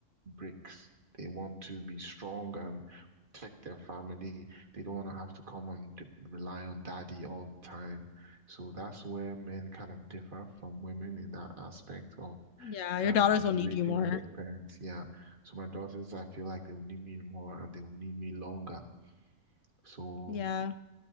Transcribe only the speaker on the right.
bricks. They want to be strong and protect their family. They don't want to have to come and de rely on daddy all the time. So that's where men kind of differ from women in that aspect of
um
relating
with their parents. Yeah. So my daughters, I feel like they will need me more and they will need me longer. So